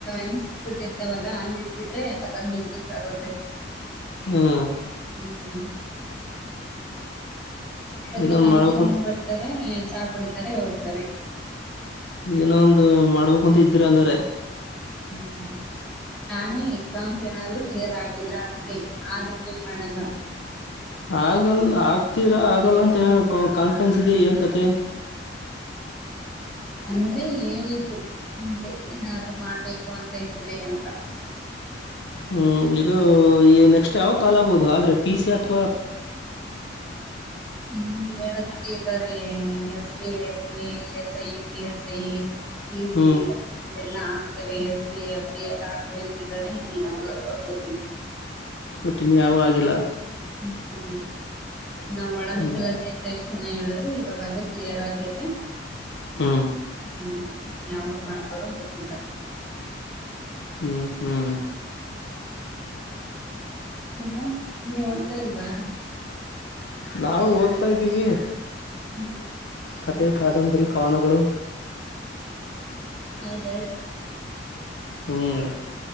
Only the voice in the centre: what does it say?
ಇನ್ಸ್ಟಿಟ್ಯೂಟ್ ಇರ್ತವಲ್ಲ ಅಲ್ಲಿ ಇಟ್ಬಿಟ್ರೆ ಸಕತ್ ಬಿಸ್ನೆಸ್ ಆಗುತ್ತೆ
ಹ್ಮ್ ಪ್ರತಿ
ಗಂಟೆಗಮ್ಮಿ
ಬರ್ತಾರೆ ಚಾ ಕುಡಿತಾರೆ ಹೋಗ್ತಾರೆ
ಹ್ಮ್ ನಾನು ಎಕ್ಸಾಮ್ಸ್ ಏನಾದ್ರರು ಕ್ಲಿಯರ್ ಆಗಿಲ್ಲ ಅಂದ್ರೆ ಆದ್ರಂಗ ಏನ್ ಮಾಡಲ್ಲ
ಅಂದ್ರೆ ಹೇಳಿದ್ದು ಮುಂದೆ ಏನಾದರು ಮಾಡ್ಬೇಕು ಅಂತ ಇದ್ರೆ ಅಂತ
ಇನ್ನು <unintelligible> <unintelligible> ಇದ್ದರೆ S D F B E S I P S I ಈ
ಎಲ್ಲ ಆಗ್ತವೆ ಯಸ್ ಡಿ ಫ ಬಿ ಎಲ್ಲ ಆಗ್ತವೆ ಅಂತಿದ್ದರೆ ಇಲ್ಲಿ ಯಾವಂತ ಗೊತ್ತಿಲ್ಲ
ಹ್ಮ ಹ್ಮ ನಾವ್ ಒಳ ಮೀಸಲಾತಿ
<unintelligible> ಏನೇ ಹೇಳುದ್ರು ಇವಾಗದು ಕ್ಲಿಯರ್ ಆಗ್ಯತೆ.
ಹ್ಮ್ ಯಾವಾಗ್ ಮಾಡ್ತಾರೋ ಗೊತ್ತಿಲ್ಲ.
ಮತ್ತೆ ನೀ ಹೊರಟಿಲ್ವಾ?
ಹ್ಮ್
ಹೌದೆ.